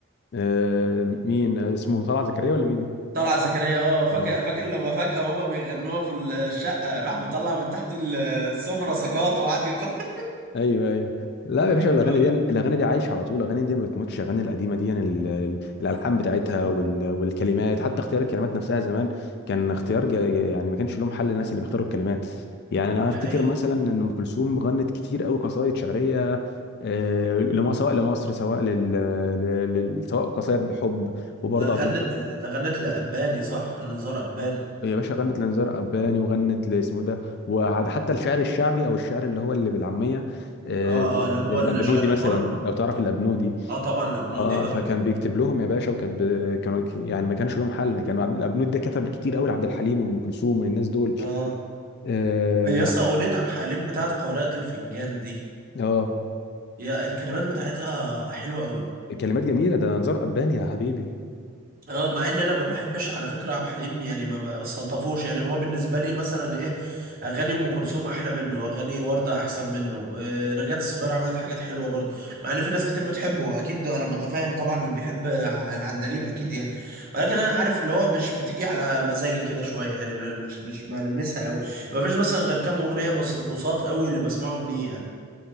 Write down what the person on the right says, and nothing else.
طلعت زكريا اه فاكر
فاكر لما فجأة هما بيغنوها في الشقة راح مطلع من تحت ال- السفرة سجاط وقعد يق-
<laughs>
دي
حقيقة
ده غنت
ده غنت لأباني صح لنزار أباني
اه اه اللي هو
الشعر
الحر
اه طبعا الأبنودي
اه
اه
يا
اسطى أغنية عبد الحليم بتاعت قارئة الفنجان دي
يا الكلمات بتاعتها حلوة أوي
اه مع ان انا ما بحبش على فكره عبد الحليم يعني ما بستلطفوش يعني هو بالنسبه لي مثلا ايه اغاني ام كلثوم احلى منه اغاني ورده احسن منه آه نجاة الصغيره عملت حاجات حلوه برضه مع ان في ناس كتير بتحبه اكيد انا متفاهم طبعا اللي بيحب ع- العندليب اكيد يعني ولكن انا عارف اللي هو مش بتيجي على مزاجي كده شويه يعني م- مش مش بلمسها قوي ما فيش مثلا غير كام اغنيه بص- بساط قوي اللي بسمعهم ليه يعني